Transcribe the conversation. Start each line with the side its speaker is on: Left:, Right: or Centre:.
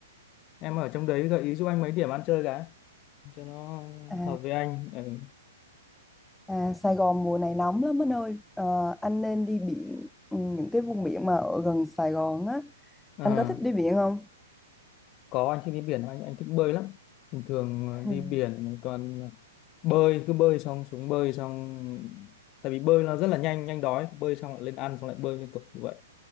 Left: em ở trong đấy gợi ý giúp anh mấy điểm ăn chơi cái. Cho nó
Centre: À,
Left: hợp với anh. Ừ.
Centre: à, Sài Gòn mùa này nóng lắm anh ơi. Ờ, anh nên đi biển, ừ, những cái vùng biển mà ở gần Sài Gòn á.
Left: Ờ.
Centre: Anh có thích đi biển không?
Left: có anh thích đi biển anh anh thích bơi lắm bình thường
Centre: <laughs>
Left: ờ, đi biển mình toàn bơi cứ bơi xong xuống bơi xong tại vì bơi nó rất là nhanh nhanh đói bơi xong lại lên ăn xong lại bơi liên tục như vậy